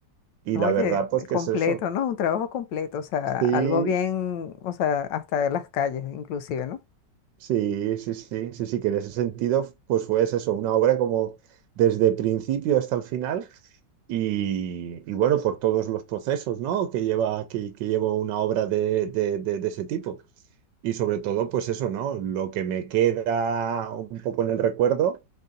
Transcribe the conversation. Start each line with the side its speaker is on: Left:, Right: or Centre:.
Right: Y
Left: Oye,
Right: la verdad, pues que
Left: completo,
Right: es eso.
Left: ¿no? Un trabajo completo, o sea,
Right: Sí,
Left: algo bien, o sea, hasta las calles inclusive, ¿no?
Right: sí, sí, sí, sí, sí, que en ese sentido, pues fue eso, una obra como desde principio hasta el final y, y bueno, por todos los procesos, ¿no? que lleva, que, que lleva una obra de, de, de, de ese tipo. Y sobre todo, pues eso, ¿no? Lo que me queda un poco en el recuerdo